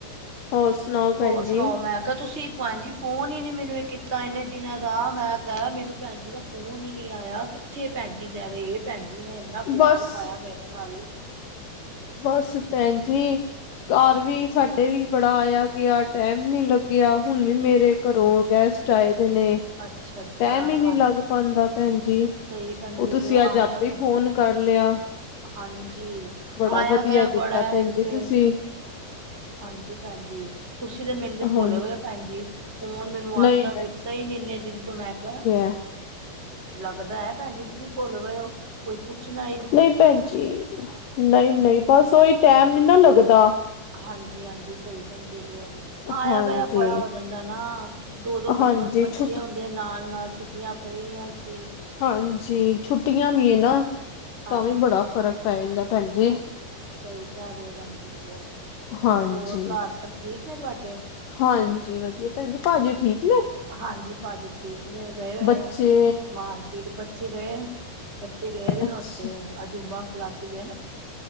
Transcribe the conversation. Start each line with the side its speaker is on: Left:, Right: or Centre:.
Left: ਹੋਰ ਸੁਣਾਓ ਭੈਣ
Right: ਹੋਰ ਸੁਣਾਓ
Left: ਜੀ
Right: ਮੈਂ ਤੁਸੀਂ ਭੈਣ ਜੀ ਫੋਨ ਹੀ ਨੀ ਮੈਨੂੰ ਇਹ ਕੀਤਾ ਇੰਨੇ ਦਿਨਾਂ ਦਾ, ਮੈਂ ਕਿਹਾ, ਮੈਨੂੰ ਭੈਣ ਜੀ ਦਾ ਫੋਨ ਹੀ ਨਹੀਂ ਆਇਆ। ਕਿੱਥੇ ਭੈਣ ਜੀ ਲੈ ਗੀਏ, ਇਹ ਭੈਣਜੀ। ਇੰਨਾ ਪਿਆਰ
Left: ਬਸ
Right: ਪਾਇਆ ਮੇਰੇ ਨਾਲ।
Left: ਬਸ ਭੈਣ ਜੀ। ਘਰ ਵੀ ਸਾਡੇ ਵੀ ਬੜਾ ਆਇਆ ਗਿਆ। ਟੈਮ ਨੀ ਲੱਗਾ ਗਿਆ। ਹੁਣ ਵੀ ਮੇਰੇ ਘਰੋਂ ਗੈਸਟ ਆਏ ਦੇ ਨੇ।
Right: ਅੱਛਾ ਅੱਛਾ
Left: ਟਾਈਮ ਹੀ ਨਹੀਂ ਲੱਗ ਆਉਦਾ ਭੈਣ ਜੀ।
Right: ਸਹੀ ਕਹਿੰਦੇ
Left: ਉਹ ਤੁਸੀਂ
Right: ਪਏ
Left: ਅੱਜ
Right: ਆਇਆ
Left: ਆਪੇ ਫੋਨ ਕਰ ਲਿਆ।
Right: ਹਾਂਜੀ।
Left: ਬੜਾ
Right: ਆਇਆ-
Left: ਵਧੀਆ
Right: ਗਿਆ
Left: ਕੀਤਾ
Right: ਬੜਾ ਹੈ।
Left: ਭੈਣ
Right: ਇਕ
Left: ਜੀ
Right: ਤੇ
Left: ਤੁਸੀਂ
Right: ਹਾਂਜੀ ਭੈਣ ਜੀ। ਤੁਸੀਂ ਤਾਂ ਮੈਨੂੰ ਤੇ ਭੁੱਲ
Left: ਹਾਂਜੀ
Right: ਗਏ ਹੋ ਭੈਣ ਜੀ। ਫੋਨ ਮੈਨੂੰ ਆੱਦ
Left: ਨਹੀਂ
Right: ਤਤਾ ਹੀ ਨਹੀਂ ਇੰਨੇ ਦਿਨ ਤੋਂ ਮੈਂ ਕਿਹਾ,
Left: ਹ
Right: ਲੱਗਦਾ ਹੈ ਭੈਣ ਜੀ ਤੁਸੀਂ ਭੁੱਲ ਗਏ ਹੋ। ਕੋਈ ਪੁੱਛਣਾ।
Left: ਨਹੀਂ ਭੈਣ ਜੀ। ਨਹੀਂ- ਨਹੀਂ ਬਸ ਉਹੀ ਟੈਮ ਨੀ ਨਾ ਲੱਗਦਾ।
Right: ਹਾਂਜੀ- ਹਾਂਜੀ ਸਹੀ ਕਹਿੰਦੇ ਪਏ ਉ। ਆਇਆ-
Left: ਹਾਂਜੀ
Right: ਗਆ ਬੜਾ ਹੋ ਜਾਂਦਾ ਨਾ। ਦੋ- ਦੋ ਬ
Left: ਹਾਂਜੀ
Right: ਬੱਚੇ
Left: ਛੁੱਟ
Right: ਹੁੰਦੇ ਨਾਲ- ਨਾਲ ਛੁੱਟੀਆਂ ਪਈ ਰਆਂ ਸੀ।
Left: ਹਾਂਜੀ। ਛੁੱਟੀਆਂ ਵੀ ਹੈ ਨਾ।
Right: ਹਾਂਜੀ
Left: ਤਾਂ ਵੀ ਬੜਾ ਫ਼ਰਕ ਪੈ ਜਾਂਦਾ ਭੈਣ ਜੀ।
Right: ਸਹੀ ਕਹਿ ਰਹੇ ਹੋ ਭੈਣ ਜੀ ਬਹੁਤ
Left: ਹਾਂਜੀ।
Right: ਹੋਰ ਘਰ ਸਭ ਠੀਕ ਨੇ ਤੁਹਾਡੇ
Left: ਹਾਂਜੀ। ਵਧੀਆ ਭੈਣ ਜੀ ਭਾਜੀ ਠੀਕ। ਨੇ
Right: ਹਾਂਜੀ ਭਾਜੀ ਠੀਕ ਨੇ, ਗਏ ਹੋਏ
Left: ਬੱਚੇ
Right: ਮਾਰਕੀਟ, ਬੱਚੇ ਗਏ। ਬੱਚੇ ਗਏ ਨੇ
Left: ਅੱਛਾ
Right: ਨੇ ਉੱਥੇ ਅਜੂਬਾ ਕਲਾਸੀ ਗਏ ਨੇ।